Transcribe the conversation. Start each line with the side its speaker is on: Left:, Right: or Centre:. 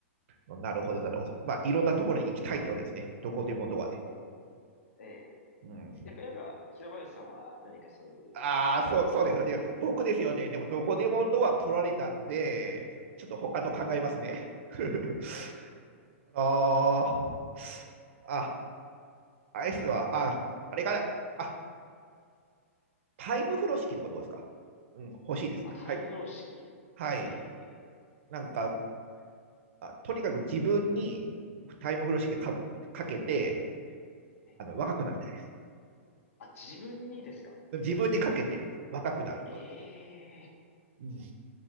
Right: なるほど、なるほど。まあ、いろんなところに行きたいってわけですね。どこでもドアで。
Left: そうですね。
Right: うん、
Left: ええ。やっぱりなんか、平林さんは何かそういう道具はありますか
Right: ああ、そうそうですよね。僕ですよね。でも、どこでもドア取られたんで、ちょっと他の考えますね。
Left: ええ。
Right: <laughs>
Left: ええ
Right: あのーあ、アイスは、あ、あれかな。あ、タイム風呂式とかどうですかうん、欲しいです。
Left: まあ、タイムフロー式。
Right: はい。はい。
Left: ええ
Right: なんか、あとにかく自分にタイム風呂式かかけて、
Left: ええええ
Right: あの、若くなりたいです。
Left: あ、自分にですか
Right: 自分にかけて若くなるとか。
Left: ええ
Right: うん、